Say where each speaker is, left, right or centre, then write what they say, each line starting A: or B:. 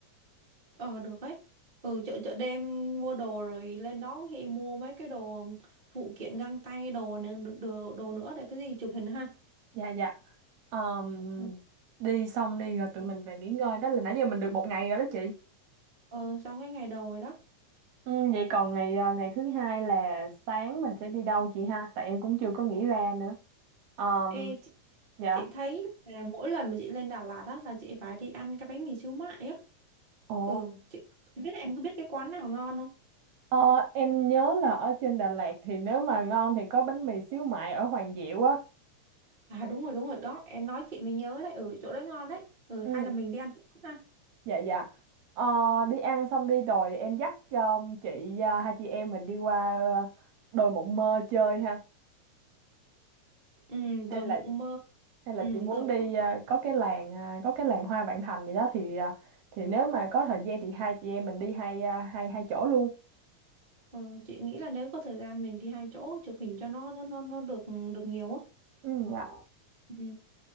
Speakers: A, on the right (about 35°); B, on the right (about 75°).
A: ờ được ấy ừ chợ chợ đêm mua đồ rồi lên đó thì mua mấy cái đồ phụ kiện găng tay đồ nữa- đồ, đồ nữa để cái gì chụp hình ha
B: Dạ dạ. Ờm,
A: ừ,
B: đi xong đi rồi tụi mình về nghỉ ngơi. Đó là nãy giờ mình được một ngày rồi đó chị.
A: ờ xong cái ngày đầu rồi đó
B: Ừ, vậy còn ngày ờ, ngày thứ hai là sáng mình sẽ đi đâu chị ha? Tại em cũng chưa có nghĩ ra nữa. Ờm,
A: Ê,
B: dạ.
A: chị thấy là mỗi lần mà chị lên Đà Lạt á là chị phải đi ăn cái bánh mì xíu mại á
B: Ồ.
A: ừ chị không biết em có biết cái quán nào ngon không
B: Ờ, em nhớ là ở trên Đà Lạt thì nếu mà ngon thì có bánh mì xíu mại ở Hoàng Diệu á.
A: à đúng rồi đúng rồi đó em nói chị mới nhớ đấy ừ chỗ đấy ngon đấy ừ
B: Ừ,
A: hay là mình đi ăn chỗ đó ha
B: dạ dạ. Ờ, đi ăn xong đi rồi em dắt um, chị à, hai chị em mình đi qua à, đồi Mộng Mơ chơi ha.
A: ừ
B: Hay
A: đồi
B: là
A: mộng mơ
B: hay là
A: ừ
B: chị muốn
A: được
B: đi
A: á
B: à, có cái làng à, có cái làng Hoa Vạn Thành gì đó thì à, thì nếu mà có thời gian thì hai chị em mình đi hai à, hai hai chỗ luôn.
A: ừ, chị nghĩ là nếu có thời gian mình đi hai chỗ chụp hình cho nó nó nó nó được được nhiều á
B: Ừ dạ.
A: ừ